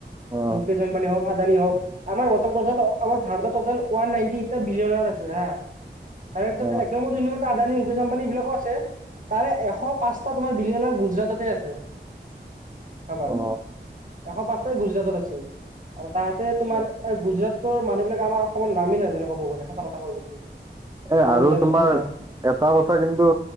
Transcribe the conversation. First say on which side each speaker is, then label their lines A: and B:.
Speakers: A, on the right (about 20°); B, on the right (about 45°).
A: অ
B: মুকেশ আম্বানী হক আদানী হওক আমাৰ টোতেল ভাৰতৰ টোতেল ওৱান নাইটি এইট টা বিলিয়নৰ আছে হা তাৰে ভিতৰত
A: অ
B: এক নম্বৰ দুই নম্বৰত আদানী মুকেশ আম্বানী বিলাকো আছে তাৰে এশ পাঁচ তোমাৰ বিলিয়নৰ গুজৰাটতে আছে ভাবা
A: অ
B: এশ পাঁচ ত গুজৰাটত আছে আৰু তাহাতে তোমাৰ
A: অ
B: গুজৰাট তৰ মানুহবিলাকে আমাৰ অসমৰ নামেই নাজানে ক'ব গলে সঁচা কথা কয় যদি
A: এ
B: ক'ব
A: আৰু
B: যাম
A: তোমাৰ
B: যদি যাম
A: এটা কথা কিন্তু